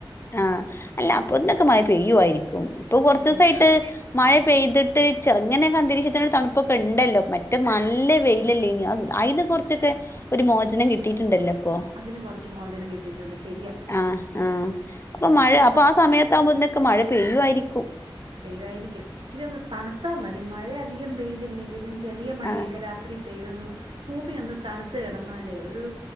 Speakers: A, on the left; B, on the right.
A: ആഹ അല്ല അപ്പന്നൊക്കെ മ പെയ്യുയിരിക്കും ഇപ്പൊ കുറച്ച
B: പെയ്യുവായിരി
A: ദിവസയിട്ട് മഴ പെയ്തിട്ട് മ ചെറങ്ങനെയൊക്കെ അന്തരീക്ഷത്തിനരു തണുപ്പൊക്കെ ഉണ്ടല്ലോ മറ്റേ നല്ല വെയിലല്ലേ ഇനി അതിന കുറച്ചൊക്കെ ഒരു മോചനം കിട്ടിയിട്ടുണ്ടല്ലോ ഇപ്പൊ
B: അതിന് കൊറച്ച് മോചനം കിട്ടിട്ടുണ്ട് ശെരിയാ
A: ആഹ് ആഹ് അപ്പൊ മഴ അപ്പൊ ആ സമയത്ത് ആവുമ്പോത്തിന് ഒക്കെ മഴ പെയ്യുയിരിക്കും
B: പെയ്യുവായിരിക്കും ഇച്ചിരി ഒന്ന് തണുത്താ മതി മഴ അധികം പെയ്തി ല്ലെങ്കിലും ചെറിയ മഴയൊക്കെ
A: ആഹ്
B: രാത്രി പെയ്തെന്നും ഭൂമി ഒന്ന് തണുത്ത് കെട എന്നലേ ഒരു